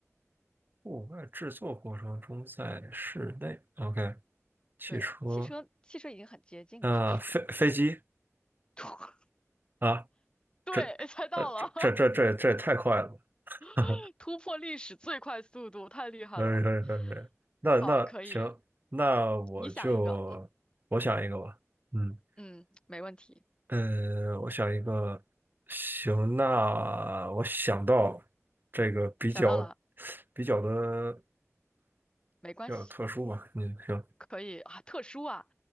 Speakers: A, on the right (about 40°); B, on the left (about 20°).
A: 户外制作过程中在室内，OK，汽车，
B: 对，汽车，汽车已经很接近了，
A: 啊，
B: 说实在，
A: 飞飞机
B: <laughs>
A: 啊，
B: 对，
A: 这，
B: 猜到了，
A: 呃，这这这这这也太快了，<laughs> 哈
B: <laughs> 突破历史最快速度，太厉害了，
A: 呃，那那行，
B: 好，可以，
A: 那我就我想一个吧，
B: 你想一个，嗯
A: 嗯。
B: 嗯，没问题，
A: 呃，我想一个，行，那我想到这个比较
B: 想到了，
A: 比较的
B: 没关系。
A: 比较特殊吧，嗯，行，
B: 可以啊，特殊啊，